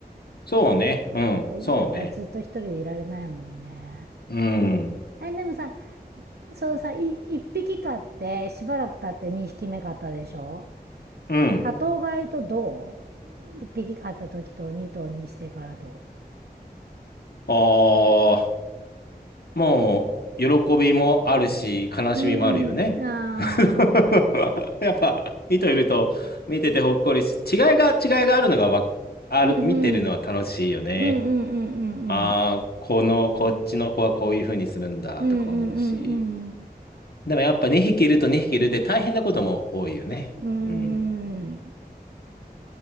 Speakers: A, on the left; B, on the right.
A: そうね。うん。
B: やっぱやっぱずっと一人でいられないもんね
A: そうね。うん。
B: えでもさそうさい一匹飼ってしばらく経って二匹目飼ったでしょ
A: うん。
B: 多頭飼いとどう一匹飼った時と二頭にしてからと
A: ああ。もう、喜びもあるし、悲しみもあるよね。
B: うーんあ
A: <laughs> やっぱ、人いると、見ててほっこりし、違いが、違いがあるのがわ、ある、
B: ーうんうん
A: 見てるのは楽しいよね。
B: うんうんうんうん
A: ああ、この、こっちの子はこういう風にするんだ、
B: うんうんうんうん
A: とか思うし。でもやっぱ2匹いると2匹いるで大変なことも多いよね。
B: うんうんうー
A: うん。
B: ん